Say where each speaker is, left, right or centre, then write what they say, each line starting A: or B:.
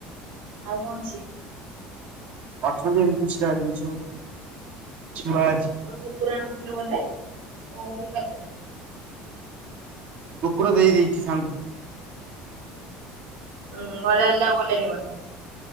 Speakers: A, on the right; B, on the right.
A: ଆଉ କଣ ଅଛି?
B: ଅଛନ୍ତି ଏମିତି କିଛିଟା ଜିନିଷ ଶୁଆ ଅଛି।
A: ତୁ କୁକୁର ଆଣିଥିଲୁ ବୋଧେ କଣ କଲୁ ତାକୁ?
B: କୁକୁର ଦେଇଦେଇଛି ସାଙ୍ଗ
A: <unintelligible>